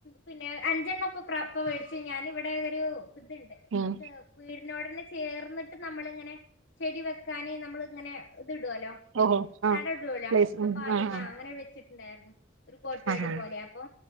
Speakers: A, on the left; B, on the right.
A: പിന്നെ അഞ്ചേണ്ണൊപ്പ പ്ര മേടിച്ച് ഞാൻ ഇവിടെ ഒരു ഇതുണ്ട്
B: ഉം
A: നമുക്ക് വീടി നോടന്നെ ചേർന്നിട്ട് നമ്മളിങ്ങനെ ചെടി വെക്കാന് നമ്മള് അങ്ങനെ ഇതിടുവല്ലോ
B: ഓഹോ ആഹ്
A: തട ഇടുവല്ലോ
B: പ്ലേസ് ഉം
A: അപ്പോ അതിമ്മേ
B: ആഹ്
A: അങ്ങനെ വെച്ചി ഇണ്ടായിരുന്നു ഒരു കോട്ടിയാട്
B: ആഹ്
A: പോലെ അപ്പോ